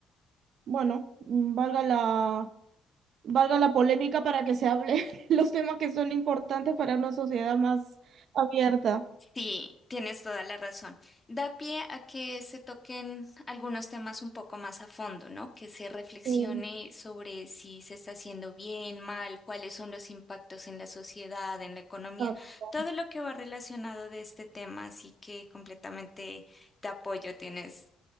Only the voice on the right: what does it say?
Bueno, mm, valga la, valga la polémica para que se hable <laughs> los temas que son importantes para una sociedad más abierta.
Sí,
exacto.